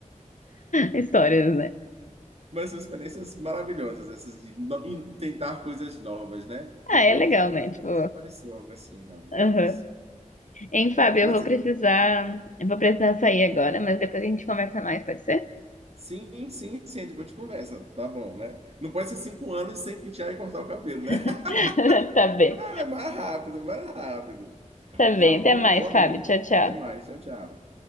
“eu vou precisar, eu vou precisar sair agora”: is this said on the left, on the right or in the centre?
Left